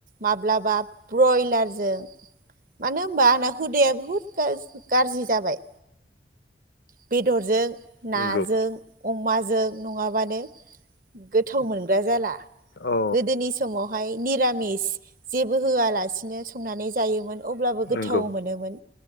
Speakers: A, on the right; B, on the left.
A: माब्लाबा ब्रयलारजों मानो होनबा आंना हुदाया बुहुद गाज्रि गाज्रि जाबाय। बिद बेदरजों नाजों।
B: नंगौ
A: अमाजों नङाबानो गोथ गोथाव मोनग्रा जाला
B: औ
A: गोदोनि समावहाय। मिरामिस जेबो होआलासिनो संनानै जायोमोन। अब्लाबो गोथाव
B: नंगौ
A: मोनोमोन